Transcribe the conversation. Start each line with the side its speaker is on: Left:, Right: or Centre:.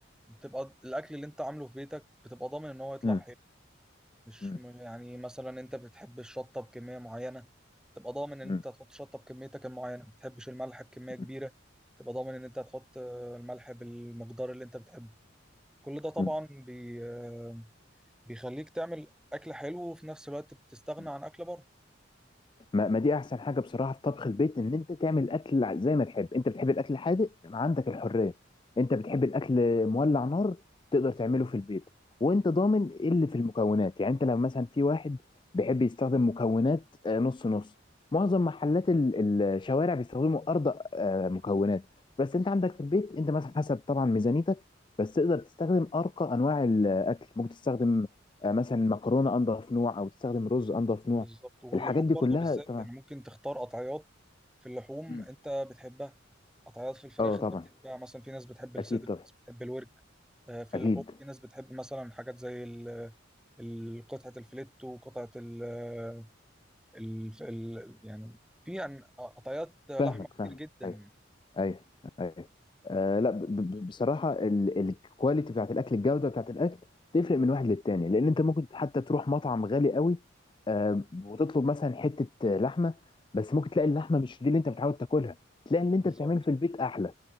Centre: بتبقى الاكل اللي انت عامله في بيتك بتبقى ضامن ان هو يطلع
Left: مم.
Centre: حلو مش
Left: مم.
Centre: م- يعني مثلا انت بتحب الشطه بكميه معينه تبقى ضامن ان
Left: مم.
Centre: انت هتحط شطه بكميتك المعينه ما بتحبش الملح بكميه كبيره
Left: مم.
Centre: تبقى ضامن ان انت هتحط آه، الملح بالمقدار اللي انت بتحبه كل ده طبعا
Left: مم.
Centre: بي آه، بيخليك تعمل اكل حلو وفي نفس الوقت بتستغنى
Left: مم.
Centre: عن اكل بره
Left: ما, ما دي احسن حاجه بصراحه في طبخ البيت ان انت تعمل الاكل زي ما تحب انت بتحب الاكل الحادق عندك الحريه انت بتحب الاكل مولع نار تقدر تعمله في البيت وانت ضامن ايه اللي في المكونات يعني انت لما مثلا في واحد بيحب يستخدم مكونات آه، نص نص معظم محلات ال- الشوارع بيستخدموا ارض آه، مكونات بس انت عندك في البيت انت مثلا حسب طبعا ميزانيتك بس تقدر تستخدم ارقى انواع الاكل ممكن تستخدم آه، مثلا مكرونه انضف نوع او تستخدم رز انضف نوع
Centre: بالظبط واللحوم
Left: الحاجات دي
Centre: برضو
Left: كلها
Centre: بالذات
Left: طبعا
Centre: يعني ممكن تختار قطعيات في اللحوم
Left: مم.
Centre: انت بتحبها قطعيات في الفراخ
Left: اه طبعا
Centre: انت بتحبها مثلا في ناس بتحب الصدر
Left: اكيد
Centre: في
Left: طبعا
Centre: ناس بتحب الورك آه، في
Left: اكيد
Centre: اللحوم في ناس بتحب مثلا حاجات زي ال- ال- قطعة الفليت وقطعة ال ال ال- يعني في عن- قطعيات لحمة
Left: فاهمك فاهمك
Centre: كتير جدا
Left: ايوه ايوه ايوه آه لا ب ب بصراحه الكواليتي بتاعت الاكل الجوده بتاعت الاكل تفرق من واحد للتاني لان انت ممكن حتى تروح مطعم غالي قوي آه وتطلب مثلا حته آه، لحمه بس ممكن تلاقي اللحمه مش دي اللي انت متعود تاكلها تلاقي اللي انت
Centre: بالظبط
Left: بتعمله في البيت احلى